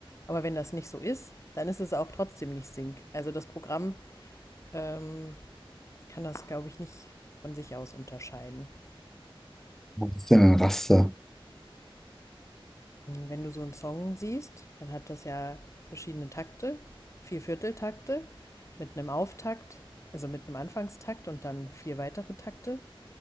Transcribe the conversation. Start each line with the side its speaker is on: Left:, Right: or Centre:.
Left: Aber wenn das nicht so ist, dann ist es auch trotzdem nicht Sync. Also das Programm ähm, kann das, glaube ich, nicht von sich aus unterscheiden.
Centre: Was ist denn ein Raster?
Left: Wenn du so einen Song siehst, dann hat das ja verschiedene Takte, vier Vierteltakte mit einem Auftakt, also mit einem Anfangstakt und dann vier weitere Takte.